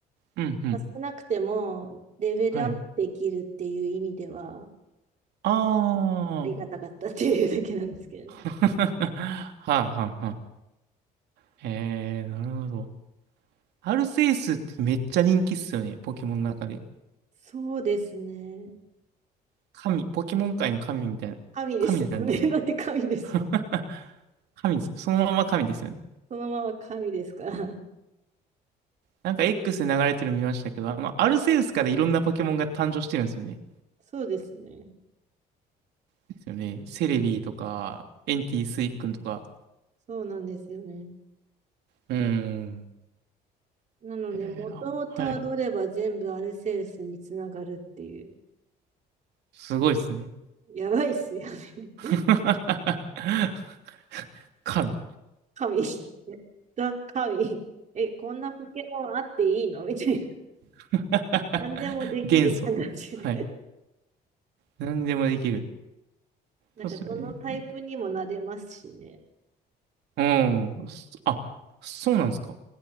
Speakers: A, on the right; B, on the right.
A: うん、うん。
B: させなくてもレベルアップできるっていう意味では、
A: はい。
B: あ
A: あ
B: りがたかったっていうだけなんですけど。
A: あ。<laughs> はあ、はあ、はあ。へえ、なるほど。アルセウスってめっちゃ人気っすよね、ポケモンの中で。
B: そうですね。
A: 神、ポケモン界の神みたいな。
B: 神ですもんね。
A: 神なんですよね。
B: <laughs> だって神ですもん。
A: <laughs> 神ですよ。そのまま神ですよね。
B: そのまま神ですから。
A: なんか X で流れてるの見ましたけど、あの、アルセウスからいろんなポケモンが誕生してるんですよね。
B: そうですね。
A: ですよね。セレビーとか、エンティスイ君とか。
B: そうなんですよね。
A: うん。
B: なので、
A: えーあ、
B: 元をたどれば全部アルセウスにつながるっていう。
A: はい。すごいですね。
B: やばいっすよね。
A: <laughs>
B: <laughs>
A: 神。
B: 神。ザ・神。え、こんなポケモンあっていいの <laughs> みたいな。
A: <laughs>
B: 何でもできる感じで。
A: 元素。はい。
B: <laughs>
A: 何でもできる。
B: なんか、
A: そうですよね。
B: どのタイプにもなれますしね。
A: うん。そあ、そうなんですか。